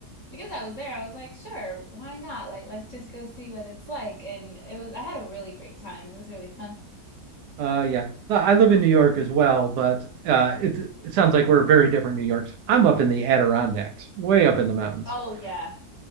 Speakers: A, on the left; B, on the right.
A: because I was there, I was like, sure, why not? Like, let's just go see what it's like. And it was, I had a really great time. It was really fun.
B: Uh, yeah. No, I live in New York as well, but uh, it, it sounds like we're very different New Yorks. I'm up in the Adirondacks, way up in the mountains.
A: Oh
B: <laughs>
A: yeah,